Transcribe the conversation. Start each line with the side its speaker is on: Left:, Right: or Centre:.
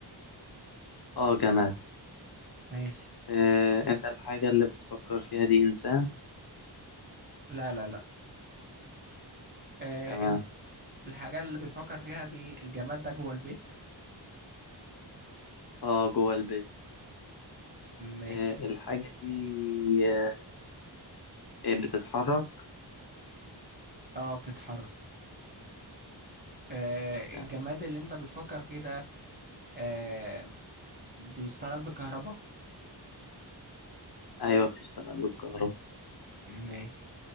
Left: اه جماد
Right: ماشي
Left: اه انت الحاجة اللي بتفكر فيها دي انسان
Right: لا لا لا آه،
Left: تمام
Right: انت الحاجة اللي بتفكر فيها دي الجماد ده جوه البيت
Left: اه جوه البيت
Right: ماشي
Left: اه الحاجة دي اه آه، بتتحرك
Right: اه بتتحرك آه،
Left: تمام
Right: الجماد اللي انت بتفكر فيه ده آه، بيشتغل بالكهرباء
Left: ايوه بتشتغل بالكهرباء
Right: ماشي